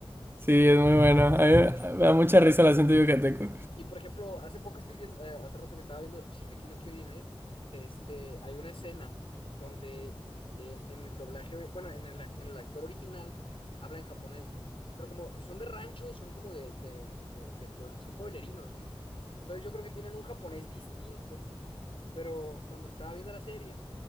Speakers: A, on the right (about 20°); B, on the left (about 65°).
A: Sí,
B: Y
A: es muy
B: este...
A: bueno. A mí me da mucha risa el acento yucateco.
B: Y por ejemplo, hace poco estoy viendo, eh, hace rato que estaba viendo Shingeki no Kyojin, ¿eh? De este, hay una escena donde en, en el doblaje, bueno, en el, ac- en el actor original habla en japonés, ¿no? Pero como son de rancho, son como de, de, de, de puebl- son pueblerinos, ¿no? Entonces yo creo que tienen un japonés distinto, pero cuando estaba viendo la serie,